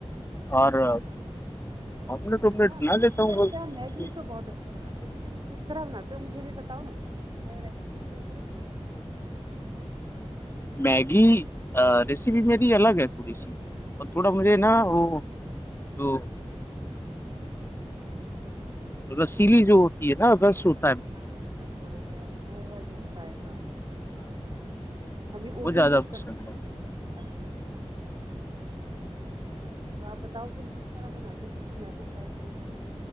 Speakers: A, on the left; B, on the right.
A: اور
B: ہاں ہاں
A: آملیٹ وملیٹ
B: ہاں
A: بنا
B: میں
A: لیتا
B: نے سنا
A: ہوں
B: ہے
A: بس
B: کیا میگی تو بہت اچھا بناتے لیکن ک کتر ہونا تو مجھے بھی بتاؤ نا ریسیپی شیئر کرو نا مجھ سے
A: میگی ریسیپی میری الگ ہے تھوڑی سی اور تھوڑا مجھے نا وہ جو رسیلی جو ہوتی ہے نا رس ہوتی
B: ہاں ہاں مطلب تھوڑا سا شور وا جو ہوتا ہے تھا ہاں ہاں ٹھیک ہے ہم بھی اردو
A: وہ زیادہ
B: یوز کر
A: پسند
B: سکتے اچھا تو آپ بتاؤ پھر کس طرح بناتے ہوں کہ میں بھی ٹرائی کروں گی